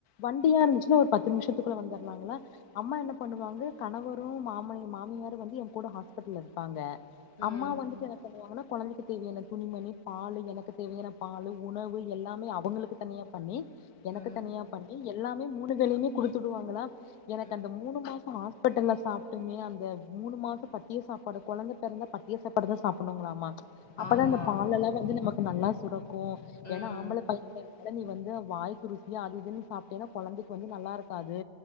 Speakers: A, on the left; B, on the left.
A: வண்டியா இருந்துச்ன்னா ஒரு பத்து நிமிஷத்துக்குள்ள வந்துர்லாங்களா அம்மா என்ன பண்ணுவாங்க கணவரு மாமன் மாமியாரு வந்து என் கூட ஹாஸ்பிட்டல்ல இருப்பாங்க
B: ம்
A: அம்மா வந்துட்டு என்ன சொல்லுவாங்கன்னா கொழந்தைக்கு தேவையான துணிமணி பால் எனக்கு தேவையான பாலு உணவு எல்லாமே அவங்களுக்கு தனியா பண்ணி எனக்கு
B: ம் ம்
A: தனியா பண்ணி எல்லாமே மூணு வேளையுமே குடுத்துடுவாங்களா எனக்கு
B: ம்
A: அந்த மூணு மாசம் ஹாஸ்பிட்டல்ல சாப்ட்டுமே அந்த மூணு மாசம் பத்திய சாப்பாடு கொழந்த பிறந்தா பத்திய சாப்பாடு தா சாப்பிடுனுங்களாமா அப்பதா
B: ஆமா
A: அந்த பால் எல்லா வந்து நமக் நல்லா சுரக்கு
B: ம்
A: ஏன்னா ஆம்பள பையன் அதனால நீ வந்து வாய்க்கு ருசியா அது இதுன்னு சாப்பிட்டன்னா கொழந்தைக்கு வந்து நல்லா இருக் து